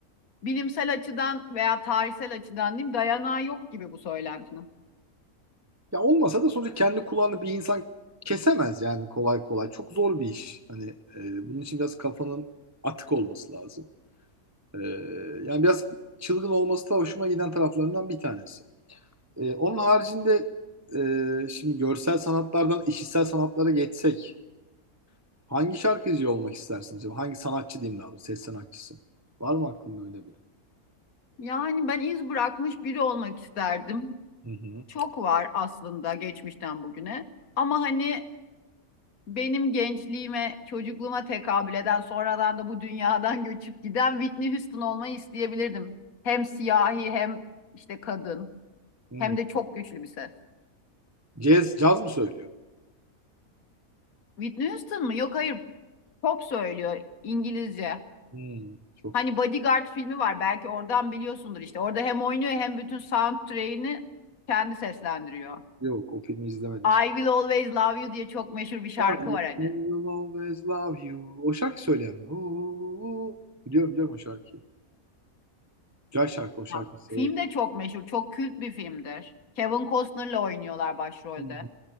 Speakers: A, on the left (about 70°); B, on the right (about 20°).
A: bilimsel açıdan veya tarihsel açıdan diyeyim dayanağı yok gibi bu söylentinin.
B: Ya olmasa da sonuçta kendi kulağını bir insan kesemez yani kolay kolay. Çok zor bir iş. Hani e, bunun için biraz kafanın atık olması lazım. Ee, yani biraz çılgın olması da hoşuma giden taraflarından bir tanesi. Ee, onun haricinde e, şimdi görsel sanatlardan işitsel sanatlara geçsek hangi şarkıcı olmak istersiniz acaba? Hangi sanatçı diyeyim daha doğrusu, ses sanatçısı? Var mı aklında öyle biri?
A: Yani ben iz bırakmış biri olmak isterdim.
B: Hı hı.
A: Çok var aslında geçmişten bugüne. Ama hani benim gençliğime, çocukluğuma tekabül eden, sonradan da bu dünyadan göçüp giden Whitney Houston olmayı isteyebilirdim. Hem siyahi hem işte kadın
B: Hmm.
A: hem de çok güçlü bir ses.
B: Caz, caz mı söylüyor?
A: Whitney Houston mı? Yok hayır. Pop söylüyor İngilizce.
B: Hmm. Çok
A: Hani Bodyguard filmi var belki oradan biliyorsundur işte. Orada hem oynuyor hem bütün soundtrack'ini kendi seslendiriyor.
B: yok o filmi izlemedim.
A: I Will Always Love You diye çok meşhur bir şarkı
B: Ha, I
A: var hani.
B: will always love you. O şarkı söyleyen mi? Oo, biliyorum biliyorum o şarkıyı. Güzel şarkı o şarkıyı
A: Ya,
B: severim.
A: Film de çok meşhur, çok kült bir filmdir. Kevin Costner'la oynuyorlar başrolde.
B: Hmm.